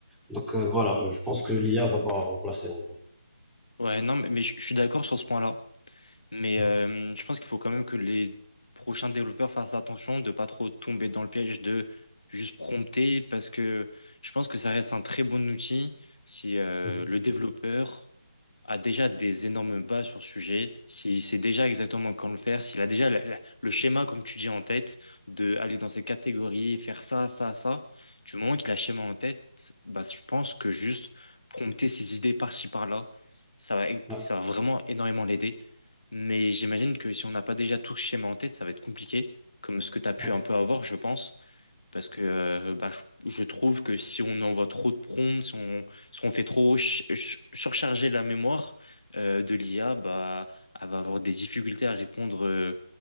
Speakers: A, in the centre; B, on the left.
A: Donc euh, voilà, je pense que l'IA va pas remplacer. en vrai.
B: Ouais, non, mais, mais je je suis d'accord sur ce point-là. Mais
A: Mhm.
B: euh, je pense qu'il faut quand même que les prochains développeurs fassent attention de pas trop tomber dans le piège de juste prompter parce que je pense que ça reste un très bon outil si euh,
A: Mhm.
B: le développeur a déjà des énormes bases sur le sujet, s'il sait déjà exactement quand le faire, s'il a déjà la- la- le schéma, comme tu dis, en tête, de aller dans ces catégories, faire ça, ça, ça, du moment qu'il a le schéma en tête, bah, je pense que juste prompter ses idées par-ci, par-là, ça va, ça
A: Ouais,
B: va vraiment énormément l'aider. Mais j'imagine que si on n'a pas déjà tout ce schéma en tête, ça va être compliqué, comme ce que tu as pu
A: ok.
B: un peu avoir, je pense. Parce que euh, bah, je je trouve que si on envoie trop de prompts, si on, parce qu'on fait trop ch- ch- surcharger la mémoire euh, de l'IA, bah, elle va avoir des difficultés à répondre euh,